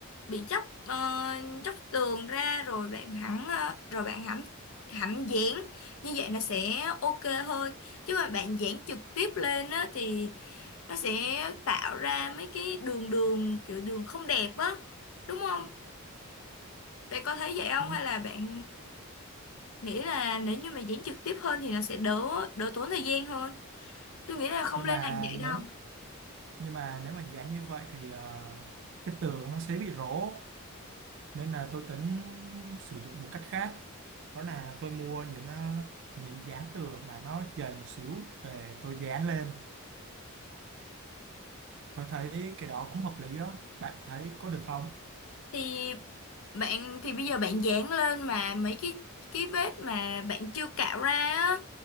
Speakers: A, on the left (about 70°); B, on the right (about 55°).
A: bị chóc ờ, chóc tường ra rồi bạn hẳn ờ, rồi bạn hẳn hẳn dán như vậy nó sẽ ok hơn chứ mà bạn dán trực tiếp lên á thì nó sẽ tạo ra mấy cái đường đường kiểu đường không đẹp á đúng không bạn có thấy vậy không
B: Nhưng
A: hay là bạn nghĩ là nếu như mà diễn trực tiếp hơn thì nó sẽ đỡ đỡ tốn thời gian hơn? Tôi nghĩ là không
B: nhưng
A: nên
B: mà
A: làm vậy đâu.
B: nếu nhưng mà nếu mà dán như vậy thì ờ, cái tường nó sẽ bị rỗ nên là tôi tính sử dụng một cách khác đó là tôi mua những ờ, miếng dán tường mà nó dày một xíu về tôi dán lên tôi thấy cái đó cũng hợp lý đó bạn thấy có được không
A: Thì bạn thì bây giờ bạn dán lên mà mấy cái cái vết mà bạn chưa cạo ra á,